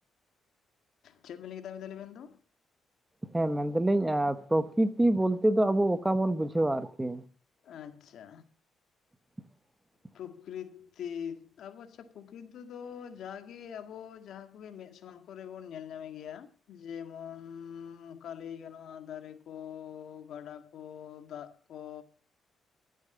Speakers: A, on the left (about 65°); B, on the right (about 20°).
A: ᱪᱮᱫ ᱵᱤᱱ ᱞᱟᱭ ᱠᱮᱫᱟ ᱟᱨ‌ ᱢᱤᱫᱷᱟᱣ ᱞᱟᱤ ‌‌ᱵᱤᱱ ᱛᱚ
B: ᱦᱮᱸ ᱢᱮᱱ ᱫᱟᱞᱤᱧ ᱯᱨᱚᱠᱤᱛᱤ ᱵᱚᱞᱛᱮ ᱫᱚ ᱟᱵᱚ ᱚᱠᱟ ᱵᱚᱱ ᱵᱩᱡᱷᱟᱹᱣᱟ ᱟᱨᱠᱤ
A: ᱟᱪᱪᱷᱟ
B: <inaudible>
A: ᱯᱨᱚᱠᱨᱤᱛᱤ ᱟᱵᱚ ᱟᱪᱪᱷᱟ ᱯᱨᱚᱠᱨᱤᱛᱤ ᱫᱚ ᱡᱟᱜᱮ ᱟᱵᱚ ᱡᱟᱦᱟᱸ ᱠᱚᱜᱮ ᱢᱮᱫ ᱥᱟᱢᱟᱝ ᱠᱚᱨᱮ ᱵᱚᱱ ᱧᱮᱞ ᱧᱟᱢᱮ ᱜᱮᱭᱟ ᱡᱮᱢᱚᱱ ᱚᱱᱠᱟ ᱞᱟᱹᱭ ᱜᱟᱱᱚᱜᱼᱟ ᱫᱟᱨᱮ ᱠᱚ ᱜᱟᱰᱟ ᱠᱚ ᱫᱟᱜ ᱠᱚ